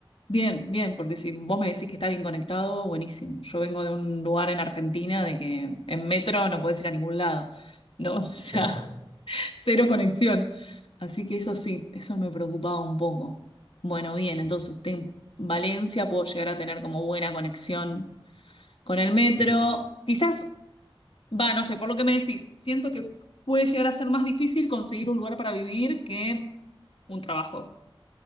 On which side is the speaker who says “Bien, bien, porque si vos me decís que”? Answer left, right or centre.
Left